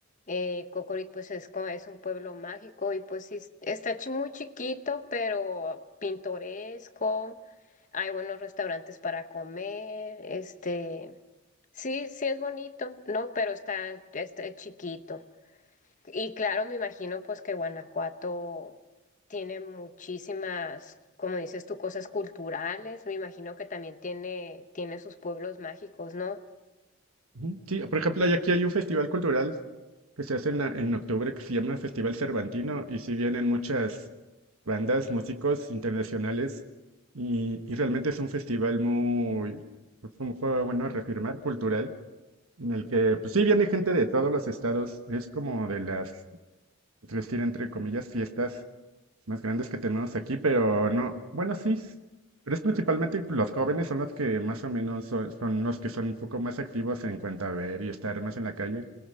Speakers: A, on the left (about 35°); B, on the right (about 80°).
A: Eh, Cocorit pues es, co- es un pueblo mágico y pues sí, está chi- muy chiquito, pero pintoresco. Hay buenos restaurantes para comer, este, sí, sí es bonito, ¿no? Pero está, está chiquito. Y claro, me imagino pues que Guanajuato tiene muchísimas, como dices tú, cosas culturales. Me imagino que también tiene, tiene sus pueblos mágicos, ¿no?
B: Ujú. Sí, por ejemplo, hay- aquí hay un festival cultural que se hace en, a- en octubre que se llama Festival Cervantino y si vienen muchas bandas, músicos internacionales y, y realmente es un festival muy, pues, como fue bueno reafirmar, cultural, en el que pues sí viene gente de todos los estados, es como de las, es decir, entre comillas, fiestas más grandes que tenemos aquí, pero no, bueno, sí, s- pero es principalmente los jóvenes son los que más o menos son, son los que son un poco más activos en cuanto a ver y estar más en la calle,